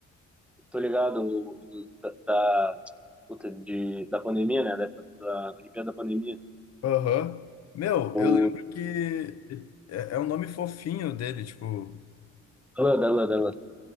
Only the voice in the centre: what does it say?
tô ligado, o, o da, da, puta, de, da pandemia, né? Da, da Olimpíada da pandemia.
O,
dela, dela, dela.